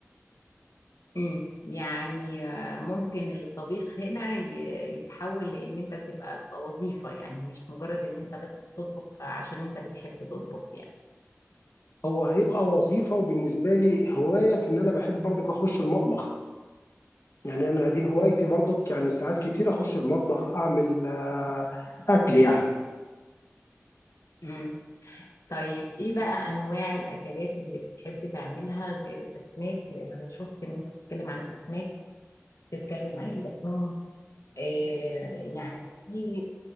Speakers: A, on the left (about 80°); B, on the left (about 65°).
A: امم يعني آه، ممكن الطبيخ هنا ي- يتحول لان انت تبقى تبقى وظيفة يعني مش مجرد ان انت بس بتطبخ عشان انت بتحب تطبخ يعني
B: هو هيبقى وظيفه وبالنسبه لي هوايه في ان انا بحب برضك اخش المطبخ يعني انا دي هوايتي برضك يعني ساعات كتير اخش المطبخ اعمل آه، اكل يعني
A: امم طيب ايه بقى انواع الاكلات اللي بتحب تعملها غير الاسماك لان انا شفت ان انت بتتكلم عن الاسماك بتتكلم عن اللحوم آه يعني في